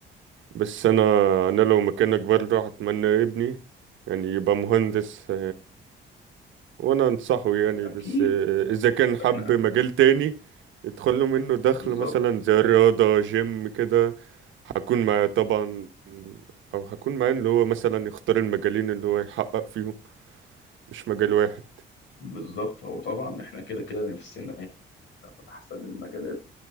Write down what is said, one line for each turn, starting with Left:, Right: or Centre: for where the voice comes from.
Right: بس أنا أنا لو مكانك برضه هتمنى ابني يعني يبقى مهندس وانا انصحه يعني
Left: أكيد
Right: بس آه،
Left: أكيد.
Right: اذا كان حب
Left: إحنا
Right: مجال تاني يدخل له منه دخل
Left: بالظبط
Right: مثلا زي الرياضة جيم كده هكون معاه طبعا او هكون معاه اللي هو مثلا يختار المجالين اللي هو يحقق فيهم مش مجال واحد
Left: بالظبط هو طبعا احنا كده كده نفسنا يبقى في احسن المجالات